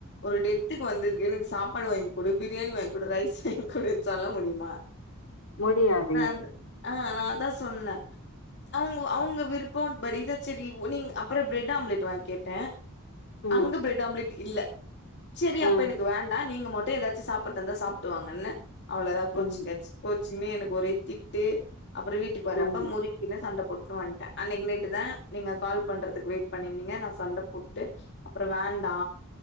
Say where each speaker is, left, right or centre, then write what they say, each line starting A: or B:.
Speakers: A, on the left; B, on the left.
A: ஒரு டெத்துக்கு வந்துருக்கு எனக்கு சாப்பாடு வாங்கிக்குடு பிரியாணி வாங்கி குடு ரைஸ் வாங்க குடுன்னு சொல்ல முடியுமா
B: ஒடியாது
A: ந அந் ஆ ஆனா நாதா சொன்னே அவுங் அவுங் விருப்பம்படித செரி நீங் அப்பறம் பிரட் ஆம்லெட் வாங்க கேட்டே
B: ம்
A: அங்க பிரெட் ஆம்லெட் இல்ல ச்செரி அப்ப
B: ம்
A: எனக்கு வேண்டா நீங்க மட் போய் ஏதாச்சு சாப்பட்றதன சாப்பிட்டு வாங்கன்னே அவ்ளோதா கோச்சு
B: ம்
A: கச்சு கோச்சுக்குனு எனக் ஒரே திட்டு அப்பறம் வீட்டுக்கு வரப்ப
B: ம்
A: முறிக்கினு சண்ட போட்னு வன்ட்டே அன்னைக்குனைட்டு தா நீங்க கால் பண்றதுக்கு வெயிட் பண்ணிருந்தீங்க நா சண்ட போட்டு அப்பறம் வேண்டா